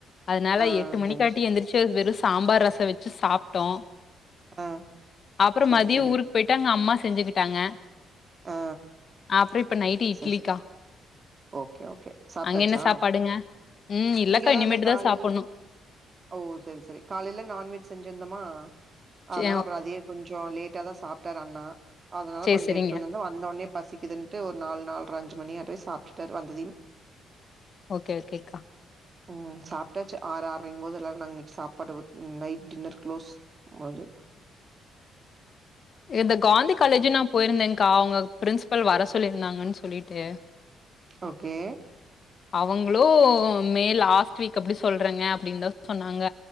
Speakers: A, on the left; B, on the right.
A: அதனால
B: ஆ
A: எட்டு மணி
B: லஞ்ச்
A: காட்டி எந்திரிச்சு வெறு சாம்பார் ரசோ வெச்சு சாப்டோ
B: ஆ
A: அப்பறோ
B: சரி,
A: மதியோ
B: சரி.
A: ஊருக் போய்ட்டு அங்க அம்மா செஞ்சுக்கிட்டாங்க
B: ஆ
A: அப்புறோ இப்ப நைட்டு இட்லி
B: சரி, சரி.
A: க
B: ஓகே ஓகே சாப்டாச்சா
A: அங்க என்ன சாப்பாடுங்க ம் இல்லக்கா
B: இங்கதா
A: இனிமேட்டுதா
B: இந்த காலைல்
A: சாப்புட்ணு
B: ஓ சேரி சேரி காலையில நான்வெஜ் செஞ்சிருந்தோமா அத்னால
A: சே
B: அப்பறோ அதயே கொஞ் சோ லேட்டாதா சாப்டாரு அண்ணா அதனால
A: சேரி
B: கொஞ்சோ
A: சேரிங்க
B: எட்த்துட் வந்தோன வந்த ஒன்னே பசிக்குதுன்ட்டு ஒரு நாலு நால்ற அஞ்சு மணியாட்டவே சாப்டுட்டாரு வந்ததியும்
A: ஓகே ஓகேக்கா
B: ம் சாப்டாச்சு ஆறு ஆறையுங்கிம்போது எல்லோரு நாங் இன்னைக் சாப்பாடு வி நைட் டின்னர் க்ளோஸ் மது
A: இந்த காந்தி காலேஜு நா போயிருந்தேன்கா அவங்க பிரின்சிபல் வர சொல்லியிருந்தாங்கன்னு சொல்லிட்டு
B: ஓகே
A: அவங்களோ மே லாஸ்ட் வீக் அப்டி சொல்றங்க அப்டின்னு தா சொன்னாங்க